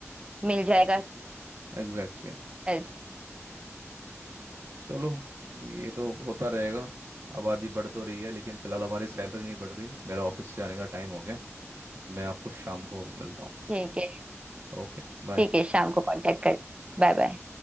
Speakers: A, on the right; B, on the right.
A: मिल जाएगा
B: Exactly
A: हेल्प
B: exactly. चलो ये तो होता रहेगा आबादी बढ़ तो रही है लेकिन फिलहाल हमारी सैलरी नहीं बढ़ रही मेरा ऑफिस जाने का टाइम हो गया मैं आपको शाम को मिलता हूँ
A: ठीक है
B: ओके बाय
A: ठीक है शाम को कांटेक्ट कर Bye bye